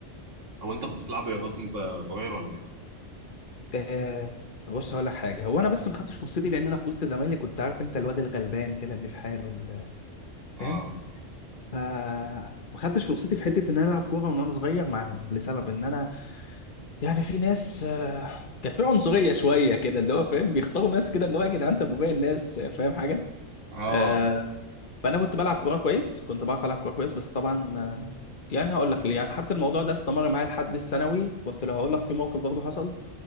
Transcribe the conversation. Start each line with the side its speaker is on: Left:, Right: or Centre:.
Right: هو انت كنت بتلعب رياضات وانت صغير ولا ايه؟
Left: آه بص هقول لك حاجه هو انا بس ما خدتش فرصتي لان انا في وسط زمايلي كنت عارف انت الواد الغلبان كده اللي في حاله اللي-
Right: اه
Left: فاهم ف ما خدتش فرصتي في حته ان انا العب كوره من وانا صغير معاهم لسبب ان انا يعني في ناس آه، كان في عنصريه شويه كده اللي هو فاهم بيختاروا ناس كده اللي هو يا جدعان انت ابو باقي الناس فاهم حاجه
Right: اه
Left: آه فانا كنت بلعب كوره كويس كنت بعرف العب كوره كويس بس طبعا آه، يعني هقول لك ليه يعني حتى الموضوع ده استمر معايا لحد الثانوي كنت لو هقول لك في موقف برضه حصل